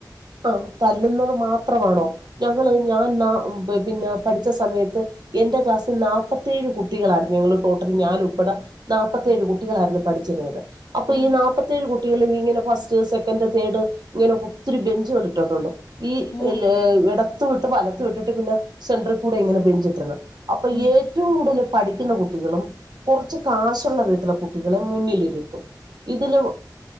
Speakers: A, on the right (about 70°); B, on the left (about 85°).
A: ഓ തല്ലുന്നതു മാത്രമാണോ ഞങ്ങള് ഞാ നാ ഹ് പിന്നെ പഠിച്ച സമയത്ത് എന്റെ ക്ലാസ്സിൽ നാൽപത്തിയേഴ് കുട്ടികളാര്ന്ന് ഞങ്ങള് ടോട്ടൽ ഞാനുൾപ്പെടെ നാപ്പത്തിയേഴ്
B: ഉം
A: കുട്ടികളായിരുന്നു പഠി ച്ചിരന്നത് അപ്പൊ
B: ഉം
A: ഈ നാൽപ്പ കുട്ടിക്കളിലിങ്ങനെ ഫസ്റ്റ് സെക്കന്റ്‌ തേഡ് ഇങ്ങനെ ഒത്തിരി ബെഞ്ചുകൾ ഇട്ടിട്ടുണ്ട് ഈ
B: ഉം
A: ഇല്‌ ഇടത്ത് വിട്ട് വലത്ത് വിട്ട് പിന്നെ സെൻട്രൽ കൂടെ ഇങ്ങനെ ബെഞ്ച് ഇട്ട്ണ്. അപ്പൊ
B: ഉം
A: ഏറ്റവും കൂടുതൽ പഠിക്കുന്ന കുട്ടികളും കുറച്ച് കാശുള്ള വീട്ടിലെ കുട്ടികളെ മുന്നിലിരുത്തും ഇതില്